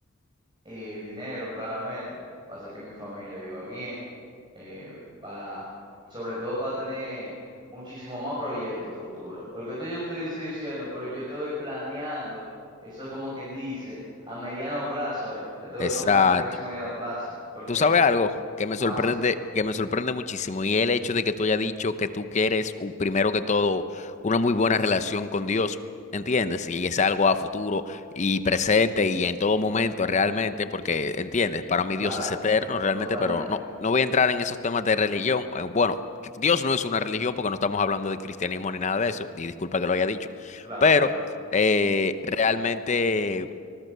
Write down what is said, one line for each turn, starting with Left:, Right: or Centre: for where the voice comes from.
Right: eh, dinero, claramente, para hacer que mi familia viva bien, eh, pa- y sobre todo para tener muchísimo más proyectos futuros. Porque esto yo estoy, estoy diciendo, pero yo estoy planeando, eso es como quien dice, a mediano plazo, eh. Estos
Left: Exacto.
Right: son planificación a mediano plazo. Porque,
Left: Tú sabes algo que me
Right: ah,
Left: sorprende,
Right: sí,
Left: que me sorprende muchísimo, y es el hecho de que tú hayas dicho que tú quieres, u- primero que todo, una muy buena relación con Dios, ¿entiendes? Y es algo a futuro y presente y en todo momento realmente, porque, ¿entiendes? Para mí
Right: claro,
Left: Dios es eterno realmente,
Right: totalmente.
Left: pero no, no voy a entrar en esos temas de religión. Eh, Bueno, Dios no es una religión porque no estamos hablando de cristianismo ni nada de eso, y disculpa que lo haya dicho,
Right: Claro,
Left: pero
Right: claro.
Left: eh, realmente